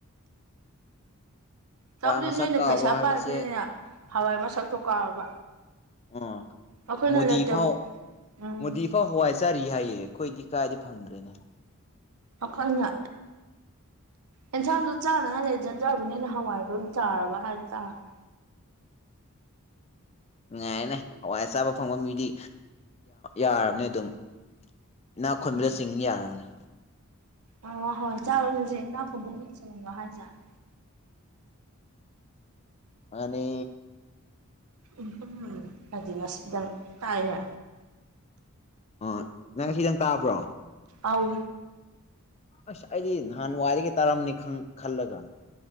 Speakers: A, on the right (about 80°); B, on the left (about 30°).
A: ꯇꯧꯗꯤ
B: ꯍꯋꯥꯏ ꯃꯁꯛ
A: ꯅꯣꯏꯅ
B: ꯀꯥꯎꯕ
A: ꯄꯩꯁꯥ
B: ꯍꯥꯏꯕꯁꯦ
A: ꯄꯥꯏꯕꯅꯤꯅꯤꯅ ꯍꯋꯥꯏ ꯃꯁꯛꯇꯣ ꯀꯥꯎꯔꯕ
B: ꯎ
A: ꯑꯩꯈꯣꯏꯅ
B: ꯃꯣꯗꯤ
A: ꯂꯩꯇꯕ
B: ꯐꯥꯎ
A: ꯎꯝ
B: ꯃꯣꯗꯤ ꯐꯥꯎ ꯍꯋꯥꯏ ꯆꯥꯔꯤ ꯍꯥꯏꯌꯦ ꯑꯩꯈꯣꯏꯗꯤ ꯀꯥꯏꯗꯤ ꯐꯪꯗ꯭ꯔꯦꯅꯦ
A: ꯑꯈꯣꯏꯅ ꯑꯦꯟꯁꯥꯡꯗꯣ ꯆꯥꯅꯉꯥꯏ ꯂꯩꯖꯗ꯭ꯔꯕꯅꯤꯅ ꯍꯋꯥꯏꯔꯣ ꯑꯗꯨꯝ ꯆꯥꯔꯕ ꯍꯥꯏꯕ ꯇꯥꯔꯦ <inaudible>
B: ꯅꯨꯡꯉꯥꯏꯔꯅꯦ ꯍꯋꯥꯏ ꯆꯥꯕ ꯐꯪꯕ ꯃꯤꯗꯤ ꯌꯥꯔꯕꯅꯦ ꯑꯗꯨꯝ ꯏꯅꯥꯛ ꯈꯨꯟꯕꯗ
A: ꯎꯝ
B: ꯆꯤꯡ ꯌꯥꯔꯕꯅꯦ
A: ꯑꯣ ꯍꯣꯏ ꯆꯥꯎꯔꯒꯁꯦ ꯏꯅꯥꯎ ꯐꯕ ꯃꯆꯅꯤꯡꯕꯣ ꯍꯥꯏꯁꯦꯔ
B: ꯃꯅꯦ
A: ꯎꯝ ꯎꯝ ꯍꯥꯏꯗꯤ ꯉꯁꯤꯗꯪ ꯇꯥꯏꯌꯦ
B: ꯑꯣ ꯅꯪ ꯉꯁꯤ ꯇꯪ ꯇꯥꯕ꯭ꯔꯣ
A: ꯑꯥꯎ
B: ꯑꯁ ꯑꯩꯗꯤ ꯅꯍꯥꯟ ꯋꯥꯏꯗꯒꯤ ꯇꯥꯔꯝꯅꯤ ꯈꯜꯂꯒ